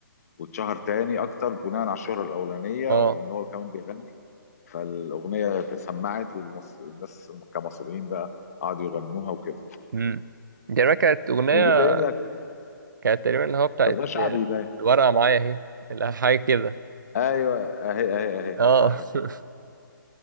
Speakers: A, on the left (about 45°); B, on the right (about 65°).
A: واتشهر تاني اكتر بناء على الشهره الاولانيه
B: اه
A: وان هو كمان بيغني فالاغنيه سمعت والناس كمصريين بقى قعدوا يغنوها وكده
B: امم دي بقى كانت اغنيه
A: وبيبين لك
B: كانت تقريبا اللي هو بتاعت
A: تبقى شعبي
B: آه،
A: يبين
B: الورقه معايا اهي لا، حاجه كده
A: ايوه اهي اهي اهي
B: اه
A: صح كده
B: <laughs>